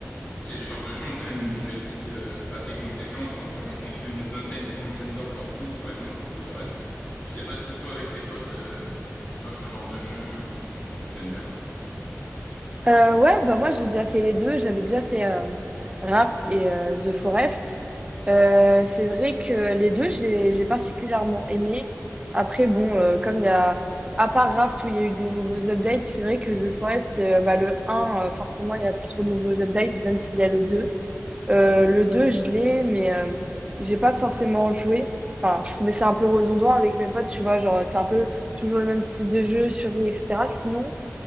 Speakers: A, on the left (about 30°); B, on the right (about 20°).
A: ces genres de jeux ont quand même une durée de vie euh, assez conséquente, environ entre une vingtaine et trentaine d'heures, voire plus, par exemple pour The Forest. Je sais pas si toi, avec tes potes, euh, tu joues à ce genre de jeu ou, ou t'aimes bien.
B: Euh, ouais, bah moi, j'ai déjà fait les deux. J'avais déjà fait euh, Raft et euh, The Forest. Euh, c'est vrai que les deux, j'ai, j'ai particulièrement aimé. Après, bon, euh, comme il y a... À part Raft, où il y a eu des nouveaux updates, c'est vrai que The Forest, euh, bah, le un euh, forcément, il n'y a plus trop de nouveaux updates, même s'il y a le 2. Euh, le 2 je l'ai, mais euh, j'ai pas forcément joué. Enfin, je trouvais ça un peu redondant avec mes potes, tu vois, genre c'est un peu toujours le même type de jeu, survie, etc. Sinon,